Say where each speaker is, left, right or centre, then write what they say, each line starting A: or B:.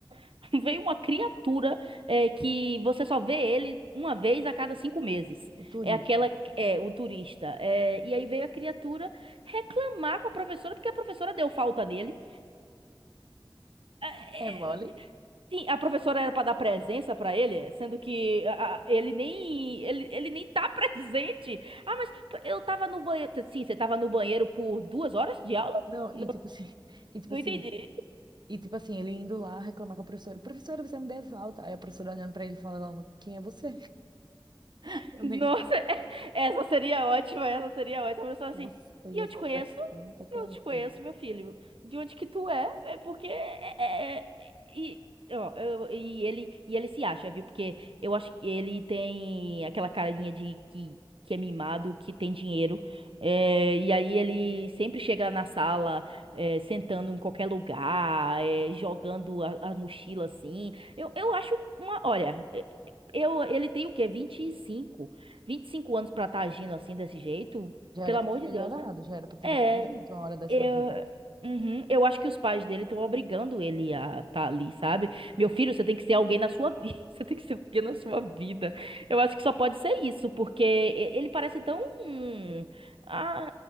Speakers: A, on the right; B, on the right.
A: <laughs> Veio uma criatura é, que você só vê ele uma vez a cada cinco meses.
B: O turista.
A: É aquela, é, o turista. É, e aí veio a criatura reclamar com a professora, porque a professora deu falta nele. É,
B: É mole?
A: é, sim, a professora era para dar presença para ele, sendo que a- a- ele nem, ele, ele nem tá <laughs> presente. Ah, mas eu tava no banheiro. Sim, você tava no banheiro por duas horas de aula?
B: Não,
A: Não,
B: e tipo assim, <laughs> e tipo
A: não
B: assim,
A: entendi.
B: e tipo assim, ele indo lá reclamar com a professora, professora, você me deu falta. Aí a professora olhando pra ele e falando, quem é você? <laughs> Eu
A: Nossa,
B: nem
A: <laughs> essa seria ótima, essa seria ótima. A pessoa assim,
B: Nossa, ia
A: e eu
B: ser
A: te conheço?
B: engraçado pra caramba,
A: E Eu te conheço,
B: né?
A: meu filho. De onde que tu é? É porque é, é- é- e ó, eu- e ele e ele se acha, viu? Porque eu acho que ele tem aquela carinha de que que é mimado, que tem dinheiro. É, e aí ele sempre chega na sala, é, sentando em qualquer lugar, é, jogando a, a mochila assim. Eu, eu acho uma, olha, eu, ele tem o quê? vinte e cinco vinte e cinco anos pra estar agindo assim desse jeito,
B: Já
A: pelo
B: era pra
A: amor
B: ter melhorado,
A: de Deus, né?
B: já era pra ter
A: É,
B: virado gente uma hora dessa
A: eu,
B: da vida.
A: uhum, eu acho que os pais dele estão obrigando ele a estar ali, sabe? Meu filho, você tem que ser alguém na sua vida, <laughs> você tem que ser alguém na sua vida. Eu acho que só pode ser isso, porque e- ele parece tão, hum, ah,